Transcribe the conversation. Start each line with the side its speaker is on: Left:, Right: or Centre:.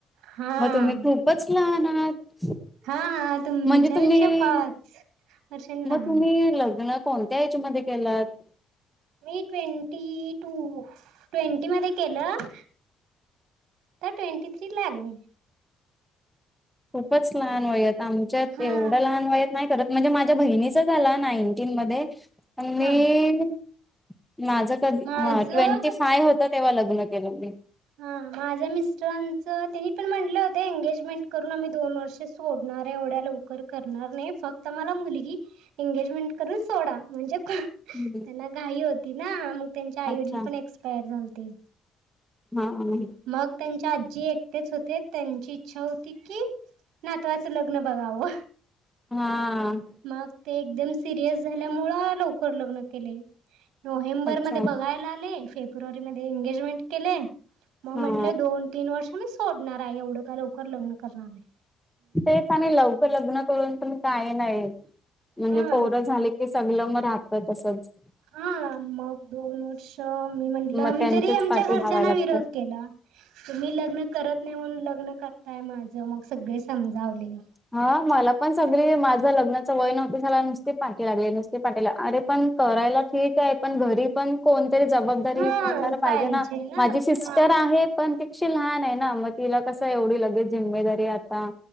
Right: हा
Centre: मग तुम्ही खूपच लहान आहात
Right: हा तुमच्यापेक्षा
Centre: म्हणजे तुम्ही
Right: पाच वर्षांनी
Centre: मग
Right: लहान
Centre: तुम्ही
Right: आहे.
Centre: लग्न कोणत्या एज मध्ये केलत
Right: मी ट्वेंटी टू ट्वेंटी मध्ये केलं तआता ट्वेंटी थ्री लागली
Centre: खूपच लहान वयात, आमच्यात
Right: हा
Centre: एवढं लहान वयात नाही करत म्हणजे माझ्यां बहिणीच झालां नाईन्टीन मध्यें मी
Right: हा
Centre: माझं कधी
Right: माझं
Centre: हां ट्वेंटी फायंव होतं तेंव्हा लग्नं केलं मी
Right: हां माझ्यां मिस्टरांचं त्यांनी पणं म्हणलं होतं एंगेजमेंट करूंन आम्हीं दोन वर्षे सोडणारं आहे एवढ्यां लवकरं करणारं नाहीं फक्तं मलां मुलंगी एंगेजमेंट करूंन सोंडा म्हणजे त्यांनां
Centre: हम्म
Right: घाई होती नां मगं त्यांच्या आई
Centre: अच्छा
Right: वडीलं पणं एक्सपांयर झालते
Centre: हाहा म्हणून
Right: मग त्यांच्या आजी एकटेच होते त्यांची इच्छा होती की नातवाचं लग्न बघावं
Centre: हां..
Right: मगं ते एकदंम सिरियस झाल्यांमुळं लवकरं लग्नं केलें मी नोव्हेंबर
Centre: अच्छा
Right: मध्यें बघांयला आले फेब्रुवारी मध्यें एंगेजमेंट केले मगं
Centre: हा
Right: म्हटलं दोन तीनं वर्ष मी सोडणांर आहे एवढं कां लवकरं लग्नं करणारं नाहीं
Centre: तेच आणि लवकरं लग्नं करूंन पणं कांहीं नाहीं म्हणजे
Right: हा
Centre: पौर झाले की संगल मगं राहतं तसंच
Right: हां मगं दोन वर्ष मी म्हटलं
Centre: मग
Right: मी
Centre: त्यांच्याच
Right: तरी आमच्यां
Centre: पाठी
Right: घरच्यांना
Centre: धावाय लागतं.
Right: विरोध केलां तरं मी लग्नं करतं नाहीं म्हणून लग्नं करतांय माझं मगं सगळें समजावले
Centre: हां मलां पणं सगळीं माझं लग्नाचं वयं नव्हतं झालां नुस्ती पाठी लागले नुस्ती पाठीलां अरे पणं करायलां ठीकं आहे पणं घरी पणं कोणतरी जबांबद जबाबदारी
Right: हा
Centre: करणारं पाहिजे नां
Right: ना
Centre: माझी सिस्टर
Right: हा
Centre: आहे पणं तिकशी लहांन आहे नां मगं तिलां कसं एवढी लगेच जिम्मेदारी आतां